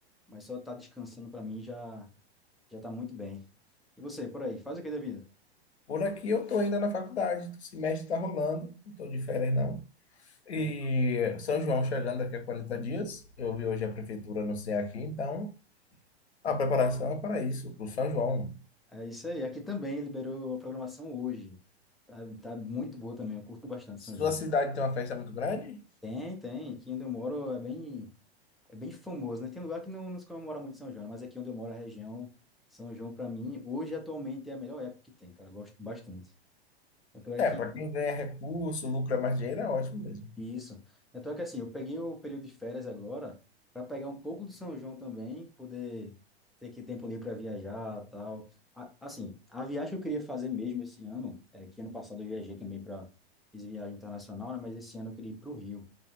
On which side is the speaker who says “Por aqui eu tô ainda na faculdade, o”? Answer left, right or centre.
Left